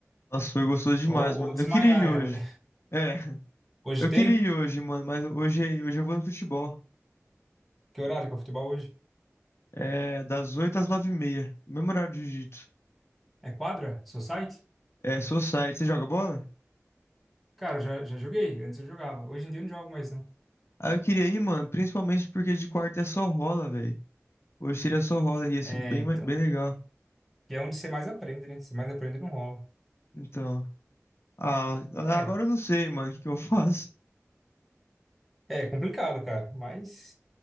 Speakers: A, on the left (about 55°); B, in the centre.
A: Nossa, foi gostoso demais,
B: Ou,
A: mano.
B: ou desmaiar
A: Eu queria ir hoje.
B: ela, né?
A: É, <laughs>
B: Hoje
A: eu
B: tem?
A: queria ir hoje, mano, mas hoje, hoje eu vou no futebol.
B: Que horário que é o futebol hoje?
A: É, das 8 às nove h 30 Mesmo horário de jiu-jitsu.
B: É quadra? Society?
A: É, Society. Você joga bola?
B: Cara, eu já, já joguei. Antes eu jogava. Hoje em dia eu não jogo mais, não.
A: Ah, eu queria ir, mano. Principalmente porque de quarta é só rola, velho. Hoje seria só rola. e Ia
B: É,
A: ser bem,
B: então.
A: ma- bem legal.
B: Que é onde você mais aprende, né? Você mais aprende não rola.
A: Então. Ah,
B: É.
A: agora eu não sei, mano, o que que eu <laughs> faço.
B: É complicado, cara. Mas,